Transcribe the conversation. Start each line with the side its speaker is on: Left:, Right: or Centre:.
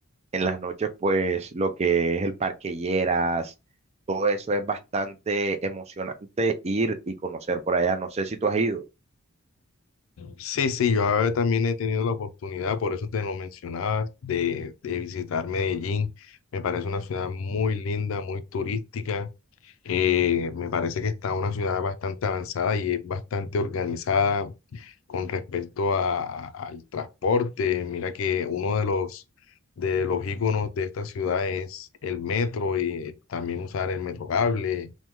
Right: En las noches, pues lo que es el Parque Lleras, todo eso es bastante emocionante ir y conocer por allá. No sé si tú has ido.
Left: Sí, sí, yo ahora también he tenido la oportunidad, por eso te lo mencionaba, de, de visitar Medellín. Me parece una ciudad muy linda, muy turística. Eh, me parece que está una ciudad bastante avanzada y es bastante organizada con respecto a- a- al transporte. Mira que uno de los, de los íconos de esta ciudad es el metro y también usar el metro cable